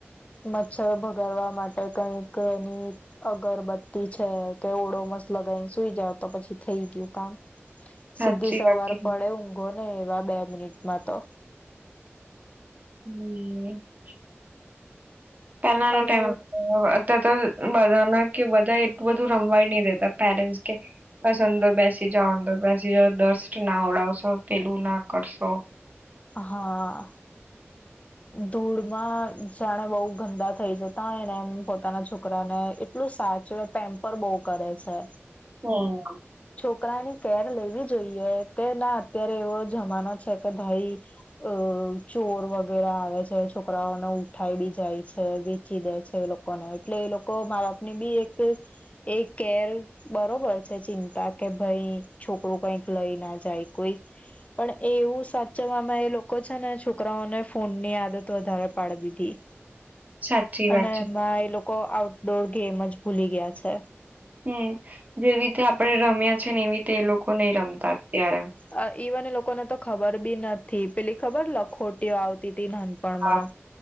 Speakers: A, on the left; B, on the right.
A: મચ્છર ભગાડવા માટે કઈક એની અગરબત્તી છે કે ઓડોમસ લગાઈને સુઈ જાવ તો પછી થઈ ગયું કામ.
B: સાચી
A: સીધી સવાર
B: વાત કીધી
A: પડે ઊંઘો ને એવા બે મિનિટમાં તો.
B: <inaudible> પહેલાનું
A: અને
B: ટાઈમ તો ત બધાના કે બધા એક એટલું બધું રમવાય નહી દેતા પેરેન્ટસ કે બસ અંદર બેસી જાઓ અંદર બેસી જાઓ દસ્ટ ના ઉડાવશો પેલું ના કરશો.
A: હા. ધૂળમાં જાણે બઉ ગંદા થઈ જતાયને એમ પોતાના છોકરાને એટલું સાચવે પેમ્પર બહુ કરે છે.
B: હમ્મ
A: છોકરાની કેર લેવી જોઈએ કે ના અત્યારે એવો જમાનો છે કે ભાઈ અ ચોર વગ ઘરે આવે છે છોકરાઓને ઉઠાડી જાય છે વેચી દે છે એ લોકોને એટલે એ લોકો મા બાપ ની બી એક એ કેર બરોબર છે ચિંતા કે ભાઈ છોકરું કઈક લઈ ના જાય કોઈ પણ એ એવું સાચવામાં એ લોકો છે ને છોકરાઓને ફોન ની આદત વધારે પાડ દીધી.
B: સાચી
A: અને
B: વાત છે.
A: એમાં એ લોક લોકો આઉટડોર ગેમ જ ભૂલી ગયા છે.
B: હમ જેવી રીતે આપણે રમ્યા છે ને એવી રીતે એ લોકો. નહી રમતા અત્યારે
A: હ એવન લોકો. લોકોને તો ખબર બી નથી પેલી ખબર લખોટીઓ આવતી. નાનપણમાં
B: હા